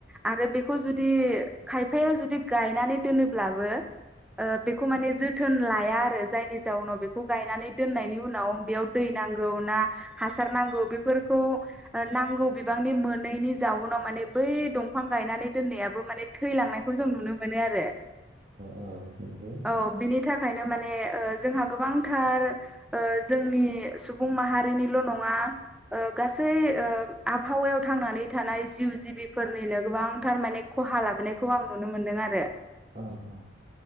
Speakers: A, in the centre; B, on the right.
A: आरो बेखौ जुदि खायफाया जुदि गायनानै दोनोब्लाबो ओ बेखौ माने जोथोन लाया आरो जायनि जाउनाव बेखौ गायनानै दोननायनि उनाव बेयाव दै नांगौ ना हासार नांगौ बेफोर खौ नांगौ बिबांनि मोनैनि जाउनाव माने बै दंफां गायनानै दोननायाबो माने थैलांनायखौ जों नुनो मोनो आरो
B: औ नंगौ
A: औ बिनि थाखायनो माने जोंहा गोबांथार ओ जोंनि सुबुं माहारिनिल' नङा गासै ओ आबहावायाव थांनानै थानाय जिउ जिबिफोरनिनो गोबांथार माने खहा ला बोनायखौ आं नुनो मोन्दों आरो।
B: औ औ